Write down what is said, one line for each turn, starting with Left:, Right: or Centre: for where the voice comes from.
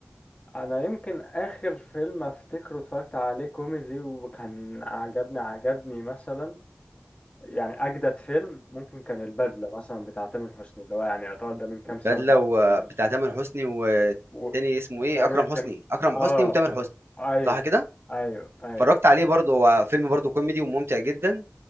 Left: انا يمكن اخر فيلم افتكره اتفرجت عليه كوميدي وكان عجبني عجبني مثلا يعني اجدد فيلم ممكن كان البدله مثلا بتاع تامر حسني اللي هو يعني يعتبر ده من كام
Right: البدله
Left: سنه برضه
Right: وبتاع
Left: يعني
Right: تامر حسني والتاني
Left: و-
Right: اسمه ايه
Left: تقريبا
Right: اكرم حسني
Left: كان
Right: اكرم
Left: اه
Right: حسني وتامر حسني
Left: ايوه
Right: صح كده
Left: ايوه ايوه
Right: اتفرجت عليه برضه هو فيلم برضه كوميدي وممتع جدا